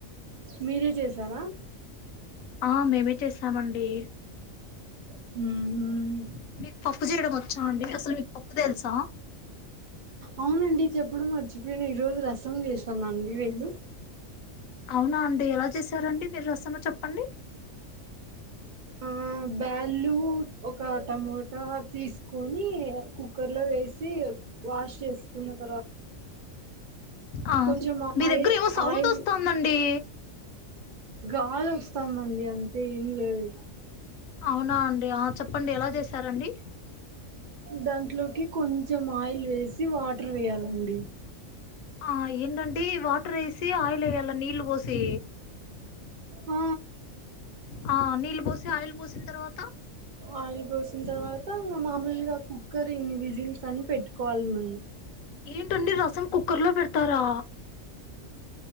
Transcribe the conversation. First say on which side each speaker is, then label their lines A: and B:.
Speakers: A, on the right (about 50°); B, on the left (about 80°).
A: మీరే చేసారా
B: ఆ మేమే చేస్తమండి
A: ఉహు
B: మీకు పప్పు చేయడం ఒచ్చా అండి అసలు మీకు పప్పు తెల్సా
A: అవునండి చెప్పడం మర్చిపోయినా ఈ రోజు రసం జేసనండి నేను
B: అవునా అండి ఎలా చేసారండి మీరు రసమ చెప్పండి
A: ఆ బ్యాళ్ళు ఒక టమోటా తీస్కొని కుక్కర్లో వేసి వాష్ చేస్కున్న తర్వాత
B: అ
A: కొంచెం
B: మీ
A: ఆయి
B: దగ్గర ఏమో సౌండ్
A: ఆయిల్
B: ఒస్తుందండి.
A: గాల్ అస్తాందండి అంతే ఏం లేదు
B: అవునా అండి ఆ చెప్పండి ఎలా చేసారండి.
A: దాంట్లోకి కొంచెం ఆయిల్ వేసి వాటర్ వేయాలండి.
B: ఆ ఏంటండి వాటర్ ఎసి ఆయిల్ ఎయ్యాల నీళ్లు వోసి
A: ఆ
B: ఆ నీళ్ళు బోసి ఆయిల్ బోసిన్ తర్వాత
A: ఆయిల్ బోసిన్ తర్వాత ఇంగ మాముల్గ కుక్కర్ ఇన్ని విజిల్స్ అని పెట్టుకోవాలి మన్ము
B: ఏంటండి రసం కుక్కర్లో పెడ్తారా